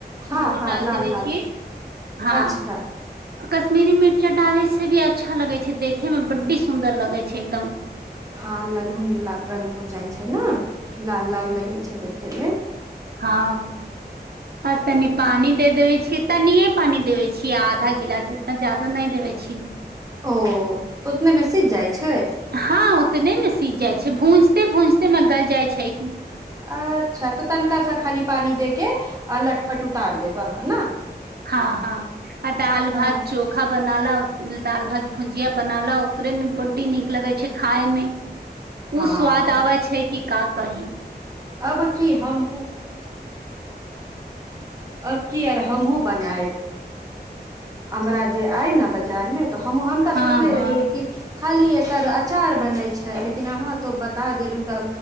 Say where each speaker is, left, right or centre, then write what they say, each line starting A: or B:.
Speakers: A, on the right; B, on the right.
A: हँ
B: ओहो
A: हँ
B: डाल
A: लाल
B: देबे
A: लाल
B: छिये हा
A: अच्छा
B: कश्मिरी मिर्चा डाले से भी अच्छा लगे छे देखे मे बड्डी सुन्दर लगे छे एकदम
A: हा ललहुन रंग हो जाइ छे ने लाल लाल लगे छे देखे मे
B: हा आब तनि पानी दे देवे छिये तनिऐ पानी देवे छिये आधा गिलास जितना जादा ने देबे छि
A: ओ त उतने मे सिझ जाइ छे
B: हा उतने मे सिझ जाइ छे भूजते भूजते मे गल जाइ छे की
A: अच्छा त तनिकाँ स खाली पानी दे के आ लटपट उतार देबह ह ने
B: हा हा आ दाल
A: अच्छा
B: भात चोखा बनाला दाल भात भुजिया बनालो ओकरे में बड्डी नीक लगे छे खाय मे उ
A: हँ
B: स्वाद आबे छे कि का कही
A: अब की हमहू पूछ अब की आर हमहुँ बनायब हमरा जे आय ने बाजार मे त हम हम त
B: हँ
A: सोचले
B: हँ
A: रहि है कि खाली एकर अचार बने छे लेकिन अहाँ त बता देल हुँ त